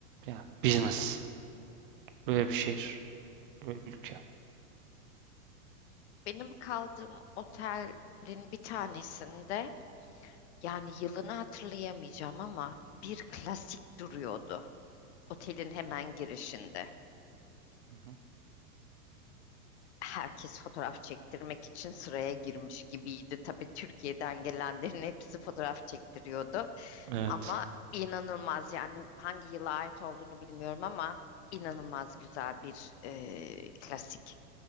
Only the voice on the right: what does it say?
Yani business. Böyle bir şehir. Böyle bir ülke.
Hı hı.
Evet.